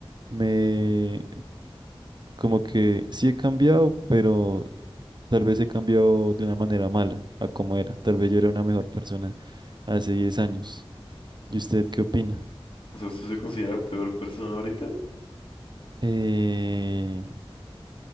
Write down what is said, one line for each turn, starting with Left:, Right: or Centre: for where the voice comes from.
Right: me, eh, como que sí he cambiado, pero tal vez he cambiado de una manera mala a como era. Tal vez yo era una mejor persona hace 10 años. ¿Y usted qué opina?
Left: O sea, ¿usted se considera peor persona ahorita?
Right: Eh,